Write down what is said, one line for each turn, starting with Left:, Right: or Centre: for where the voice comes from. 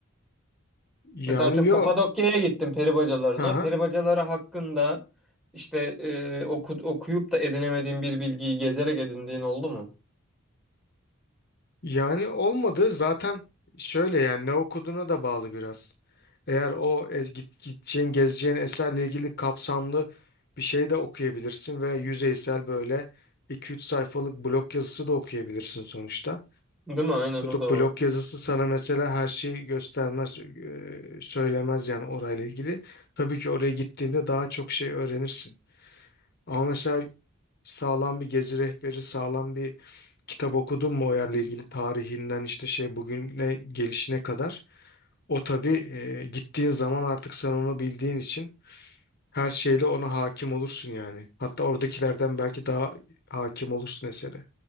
Left: Yani
Centre: Mesela atıyorum
Left: yo.
Centre: Kapadokya'ya gittim peribacalarına.
Left: Hı hı.
Centre: Peribacaları hakkında işte e, oku, okuyup da edinemediğin bir bilgiyi gezerek edindiğin oldu mu?
Left: Yani olmadı zaten şöyle yani ne okuduğuna da bağlı biraz. Eğer o ez, git, gideceğin gezeceğin eserle ilgili kapsamlı bir şey de okuyabilirsin veya yüzeysel böyle 2-3 sayfalık blog yazısı da okuyabilirsin sonuçta.
Centre: Değil mi? Aynen o
Left: Bu
Centre: da
Left: blog
Centre: var.
Left: yazısı sana mesela her şeyi göstermez, e, söylemez yani orayla ilgili. Tabii ki oraya gittiğinde daha çok şey öğrenirsin. Ama mesela sağlam bir gezi rehberi, sağlam bir kitap okudun mu o yerle ilgili tarihinden işte şey bugüne gelişine kadar. O tabii e, gittiğin zaman artık sen onu bildiğin için her şeyle ona hakim olursun yani. Hatta oradakilerden belki daha hakim olursun esere.